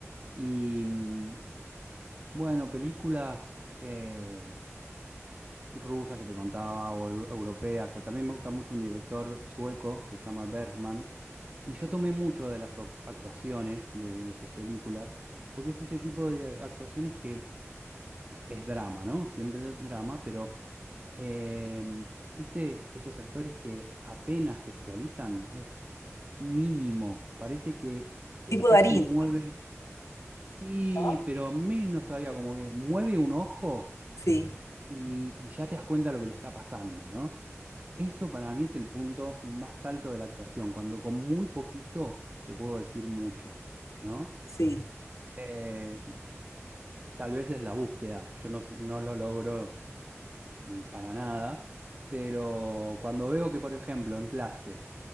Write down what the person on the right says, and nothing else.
Y mm, bueno, películas eh, rusas que te contaba o eu- europeas. O sea, también me gusta mucho un director sueco que se llama Bergman. Y yo tomé mucho de las ac- actuaciones de, de sus películas, porque es ese tipo de actuaciones que es drama, ¿no? Siempre es drama, pero em, ¿viste esos actores que apenas gestualizan? mínimo. Parece que el
tipo
mueve, sí,
pero menos todavía, como que mueve un ojo
y, y ya te das cuenta lo que le está pasando, ¿no? Eso para mí es el punto más alto de la actuación, cuando con muy poquito te puedo decir mucho, ¿no?
Eh, tal vez es la búsqueda, yo no, sé- no lo logro mm, para nada, pero cuando veo que, por ejemplo, en clase,